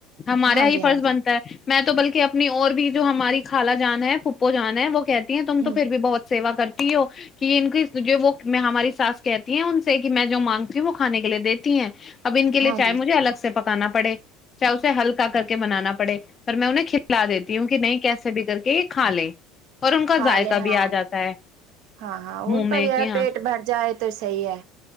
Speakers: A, on the left; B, on the right.
A: ہمارے
B: ہاں
A: یہ ہی
B: جی
A: فرض
B: ہاں
A: بنتا
B: جی
A: ہے میں تو بلکہ اپنی اور بھی جو ہماری خالا جان ہے پپو جان ہے وہ کہ تم تو
B: ہ
A: پھر بھی بہت سیوا کرتی ہو کہ ان کی جو وہ ہماری ساس کہتی ہیں ان سے کہ میں جو مانگتی ہوں وہ کھانے کے لیے دیتی ہیں اب انن کےے
B: ہاں
A: چائے
B: جی
A: مجھے الگ سےک ا پڑے چاہے اسے ہلکا کر کے بنانا پڑے پر میں انہیں کھلا دیتی ہوں کہ نہیں کیسے بھی کر کے یہ کھا لیں اور ان کا
B: کھا
A: ذائقہ
B: لے
A: بھی
B: ہاں
A: آ جاتا ہے
B: ہاں ہاں
A: منہ
B: ان کا
A: میں
B: یہ
A: کہ ہاں
B: پیٹ بھر جائے تو صحی ہے